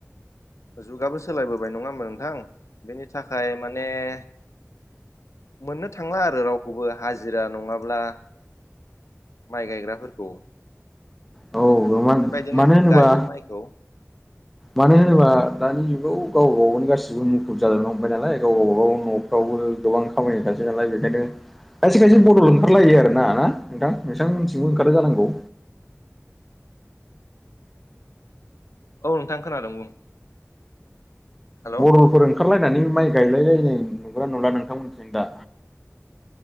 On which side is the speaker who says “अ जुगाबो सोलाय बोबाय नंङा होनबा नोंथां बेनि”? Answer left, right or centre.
Left